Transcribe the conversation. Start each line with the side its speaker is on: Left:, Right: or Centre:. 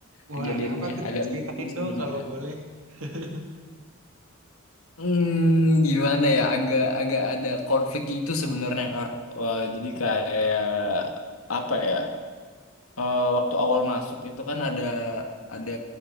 Right: Wah,
Left: kejadiannya
Right: ada apa tuh?
Left: agak
Right: Ceritain
Left: lucu sebenarnya.
Right: dong kalau boleh. <laughs>
Left: Hmm, gimana ya? Agak agak ada konflik itu sebenarnya Kak. Wah, jadi kayak apa ya? Eh, waktu awal masuk itu kan ada ada